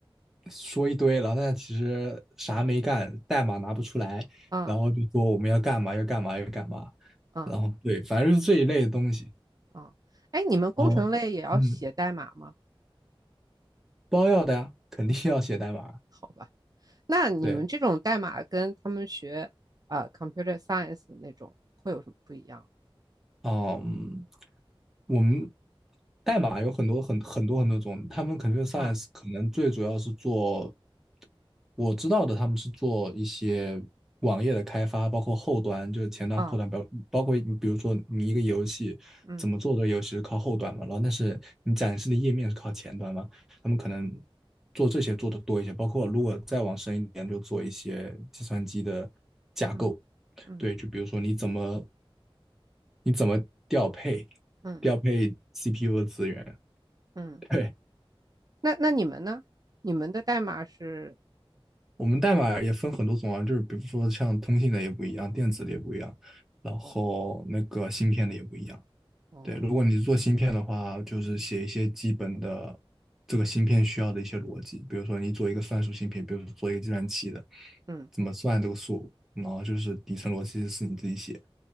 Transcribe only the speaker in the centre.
说一堆，然后但其实啥没干，代码拿不出来，
然后就说我们要干嘛要干嘛要干嘛，
然后对，反正是这一类的东西，
然后嗯，包要的呀，肯定要写代码，
对。
嗯，我们代码有很多很很多很多种，他们 c o m science
可能最主要是做我知道的，他们是做一些网页的开发，包括后端，就是前端、
后端，包包括你比如说你一个游戏怎么做的游戏是靠后端嘛，
然后但是你展示的页面是靠前端嘛，他们可能做这些做的多一些，包括如果再往深一点，就做一些计算机的架构，
对，就比如说你怎么你怎么调配
调配 CPU 的资源，<laughs>
对。
我们代码也分很多种啊，就是比如说像通信的也不一样，电子的也不一样，然后那个芯片的也不一样。
对，如果你是做芯片的话，就是写一些基本的这个芯片需要的一些逻辑，比如说你做一个算术芯片，比如说做一个计算器的，
怎么算这个数，然后就是底层逻辑是你自己写，